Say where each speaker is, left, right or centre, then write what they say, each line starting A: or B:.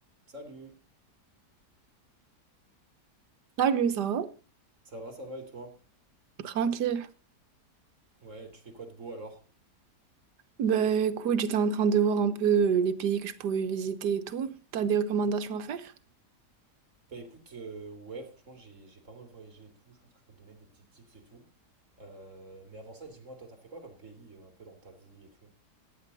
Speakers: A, on the right; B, on the right.
A: Salut,
B: Salut, ça va?
A: ça va, ça va et toi?
B: Tranquille.
A: Ouais, tu fais quoi de beau alors?
B: Bah écoute, j'étais en train de voir un peu euh, les pays que je pouvais visiter et tout. T'as des recommandations à faire?
A: Bah écoute, euh, ouais, franchement, j'ai j'ai pas mal voyagé et tout, je pense que je peux te donner des petits tips et tout. Euh, mais avant ça, dis-moi, toi, t'as fait quoi comme pays euh, un peu dans ta vie et tout?